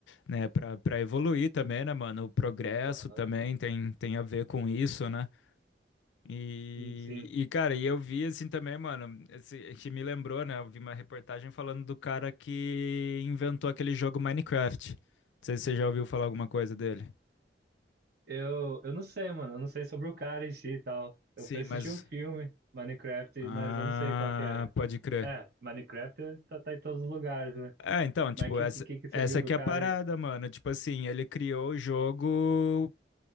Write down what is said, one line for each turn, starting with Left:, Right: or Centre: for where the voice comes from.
Left: né, pra, pra evoluir também, né, mano, o progresso
Right: Ó,
Left: também tem, tem a ver com isso, né? E,
Right: Sim, sim.
Left: e, cara, e eu vi assim também, mano, esse, que me lembrou, né? Eu vi uma reportagem falando do cara que inventou aquele jogo Minecraft. Não sei se você já ouviu falar alguma coisa dele.
Right: Eu, eu não sei, mano. Eu não sei sobre o cara em si e tal. Eu
Left: Sim,
Right: fui assistir
Left: mas.
Right: um filme, Minecraft,
Left: Ah,
Right: mas eu não sei qual que é.
Left: pode crer.
Right: É, Minecraft tá, tá em todos os lugares, né?
Left: É, então, tipo,
Right: Mas que,
Left: essa,
Right: que, que que você
Left: essa
Right: viu
Left: aqui
Right: do cara
Left: é a parada,
Right: aí?
Left: mano. Tipo assim, ele criou o jogo